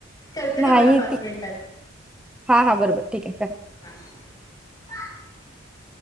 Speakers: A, on the left (about 20°); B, in the centre.
A: करते
B: नाही
A: तुम्हाला पाच
B: ती
A: मिनिटात.
B: हा हा बरबर ठीक आहे का.
A: का